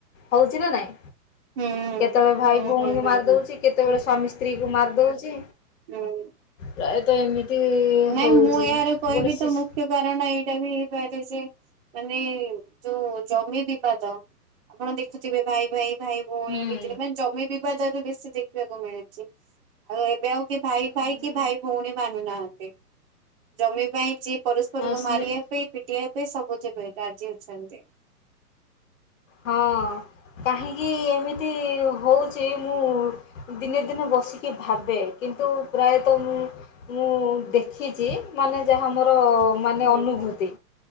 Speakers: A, on the left; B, on the right.
A: ହଉଛି ନା ନାଇଁ।
B: ହୁଁ
A: କେତେବେଳେ
B: ହୁଁ
A: ଭାଇ ଭଉଣୀଙ୍କୁ
B: ହୁଁ ହୁଁ ହୁଁ
A: ମାରି
B: ହୁଁ
A: ଦଉଛି କେତେବେଳେ ସ୍ୱାମୀ ସ୍ତ୍ରୀ କୁ ମାରି ଦଉଛି।
B: ହୁଁ।
A: ପ୍ରାୟତଃ ଏମିତି
B: ନାଇଁ
A: ହଉଛି।
B: ମୁଁ ଏହାର କହିବି
A: ଗୋଟେ ଶିଶୁ
B: ତ ମୁଖ୍ୟ କାରଣ ଏଇଟା ବି ହେଇପାରେ ଯେ ମାନେ ଯୋଉ ଜମି ବିବାଦ ଆପଣ ଦେଖୁଥିବେ ଭାଇ ଭାଇ ଭାଇ ଭଉଣୀ
A: ହୁଁ
B: ଭିତରେ ମାନେ ଜମି ବି ବିବାଦ ବି ବେଶୀ ଦେଖିବାକୁ ମିଳୁଛି ଆଉ ଏ ବେ ଆଉ କି ଭାଇ
A: ହୁଁ
B: ଭାଇ କି ଭାଇ ଭଉଣୀ ମାନୁନାହାନ୍ତି। ଜମି ପାଇଁ ଯିଏ ପରସ୍ପରକୁ
A: ହଁ ସ୍ନେ
B: ମାରିବା ପାଇଁ ପିଟିିବା ଏବେ ସବୁ ଯେବେ ରାଜି ଅଛନ୍ତି।
A: ହଁ କାହିଁକି ଏମିତି ହେଉଛି ମୁଁ ଦିନେ ଦିନେ ବସିକି ଭାବେ କିନ୍ତୁ ପ୍ରାୟତଃ ମୁଁ ମୁଁ ଦେଖିଛି ମାନେ ଯାହା ମୋର ମାନେ
B: ହୁଁ
A: ଅନୁଭୂତି।